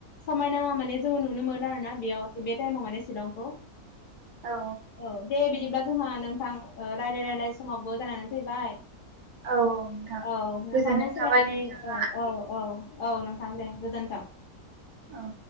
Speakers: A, on the left (about 85°); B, on the right (about 85°).
A: समायना माने जों नुनो मोनो आरो ना बेयाव बे टाइमाव माने शिलंखौ
B: औ
A: औ दे बिदिब्ला जोंहा नोंथां रायज्लाय रायलाय समावबो जानानै फैबाय
B: औ नोंथां
A: औ नोंथांजों
B: गोजोननाय
A: सावरायनानै
B: थाबाय नोंथाङा
A: औ औ औ औ नोंथां दे गोजोन्थों
B: औ